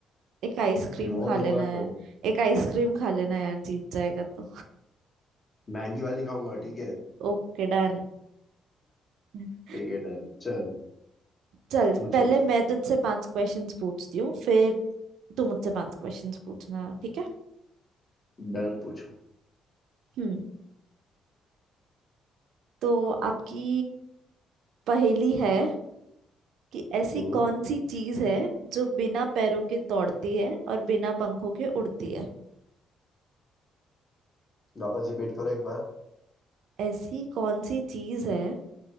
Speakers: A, on the right; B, on the left.
A: एक आइसक्रीम
B: रिवॉर्ड
A: खा लेना
B: होगा
A: यार
B: तो
A: एक आइसक्रीम खा लेना यार जीत जाएगा तो
B: महंगी वाली खाऊंगा ठीक है
A: Okay done <laughs>
B: ठीक है डन चल
A: चल
B: पूछो
A: पहले मैं तुझसे पांच क्वेश्चंस पूछती हूँ फिर दो मुझसे पांच क्वेश्चंस पूछना ठीक है
B: डन पूछो
A: हम्म तो आपकी पहेली है कि ऐसी
B: हम्म
A: कौन सी चीज है जो बिना पैरों के दौड़ती है और बिना पंखों के उड़ती है
B: वापस रिपीट करो एक बार
A: ऐसी कौन सी चीज है